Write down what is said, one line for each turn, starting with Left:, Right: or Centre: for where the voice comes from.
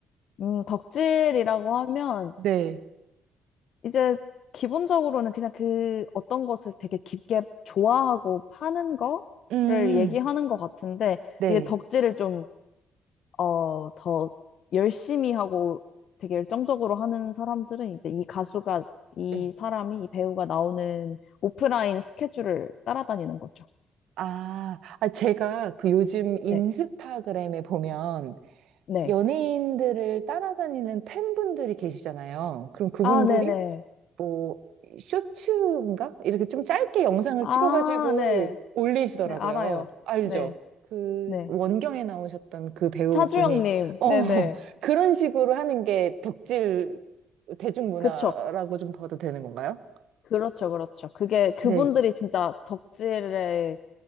Left: 음, 덕질이라고 하면,
Right: 네.
Left: 이제 기본적으로는 그냥 그 어떤 것을 되게 깊게 좋아하고 파는 거를
Right: 음,
Left: 얘기하는 것 같은데,
Right: 네.
Left: 이제 덕질을 좀, 어, 더 열심히 하고 되게 열정적으로 하는 사람들은 이제 이 가수가, 이
Right: 예.
Left: 사람이, 이 배우가 나오는 오프라인 스케줄을 따라다니는 거죠.
Right: 아, 아, 제가 그 요즘 인스타그램에
Left: 네.
Right: 보면
Left: 네.
Right: 연예인들을 따라다니는 팬분들이 계시잖아요. 그럼 그분들이
Left: 아, 네네.
Right: 뭐 쇼츠인가? 이렇게 좀 짧게 영상을
Left: 아,
Right: 찍어가지고
Left: 네.
Right: 올리시더라고요.
Left: 네, 알아요.
Right: 알죠?
Left: 네.
Right: 그
Left: 네.
Right: 원경에 나오셨던 그 배우분이
Left: 차주영님.
Right: 어
Left: 네네.
Right: <laughs> 그런 식으로 하는 게 덕질 대중문화라고
Left: 그쵸.
Right: 좀 봐도 되는 건가요?
Left: 그렇죠, 그렇죠. 그게 그분들이
Right: 네.
Left: 진짜 덕질의